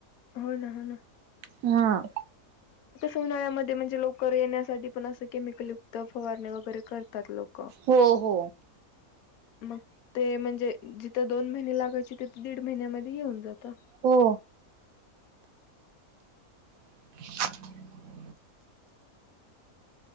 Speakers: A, on the left; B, on the right.
A: हो ना हो ना.
B: हम.
A: उनळ्यामध्ये म्हणजे लवकर येण्यासाठी पण असं केमिकलयुक्त फवारणे वगैरे करतात लोक.
B: हो हो.
A: मगं ते म्हणजे जिथं दोन महिने लागायचे तिथे दीड महिन्यामध्ये येऊन जातात.
B: हो. <inaudible>